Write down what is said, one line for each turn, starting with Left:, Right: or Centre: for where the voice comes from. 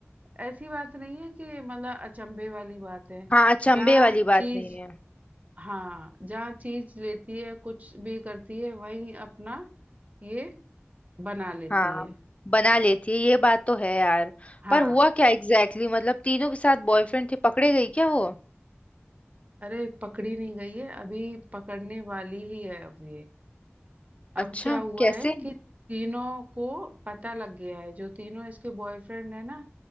Right: ऐसी बात नहीं है कि मतलब अचंभे वाली बात है
Left: हाँ अचंभे
Right: जहाँ
Left: वाली बात
Right: चीज
Left: नहीं है
Right: हाँ जहाँ चीज लेती है कुछ भी करती है वहीं अपना ये बना लेती
Left: हाँ
Right: है
Left: बना लेती है ये बात तो है यार
Right: हाँ
Left: पर हुआ क्या एग्जैक्टली exactly? मतलब तीनों के साथ बॉयफ्रेंड थे पकड़े गई क्या वो
Right: अरे पकड़ी नहीं गई है अभी पकड़ने वाली ही है अब ये अब
Left: अच्छा
Right: क्या हुआ
Left: कैसे
Right: है कि तीनों को पता लग गया है जो तीनों इसके बॉयफ्रेंड है ना